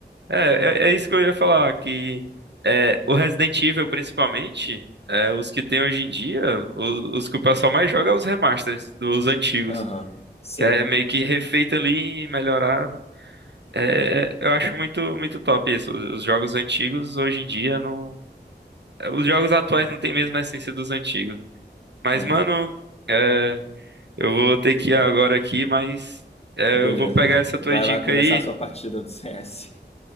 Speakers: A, on the right; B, on the left.
A: É, é, é isso que eu ia falar, que é, o Resident Evil, principalmente, é, os que tem hoje em dia, o- os, que o pessoal mais joga é os remasters dos antigos,
B: Aham. Sim.
A: que é meio que refeito ali, melhorado. É, é, eu acho muito, muito top isso. Os, os jogos antigos, hoje em dia, não... é, Os jogos atuais não têm mesmo a essência dos antigos. Mas,
B: É.
A: mano, é, eu vou ter que ir agora aqui, mas é,
B: Beleza.
A: eu vou pegar essa
B: Vai
A: tua dica
B: lá começar
A: aí
B: a sua partida do <laughs> CS.